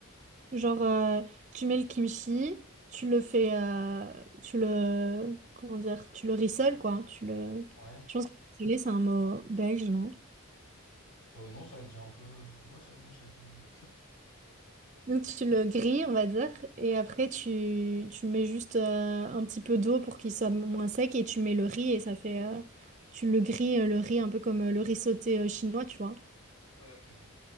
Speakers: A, on the right (about 35°); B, on the left (about 85°).
A: Genre, euh, tu mets le kimchi, tu le fais, euh, tu le, comment dire, tu le rissoles, quoi. Tu le...
B: Ouais.
A: Je pense que rissoler, c'est un mot belge, non?
B: Euh, non, ça se dit un peu, euh, ouais, ça, non, ça se dit. euh,
A: Donc tu le grilles, on va dire, et après tu, tu mets juste euh, un petit peu d'eau pour qu'il soit moins sec et tu mets le riz et ça fait... euh, tu le grilles, euh, le riz, un peu comme euh, le riz sauté euh, chinois, tu vois.
B: Ouais, ok, ouais,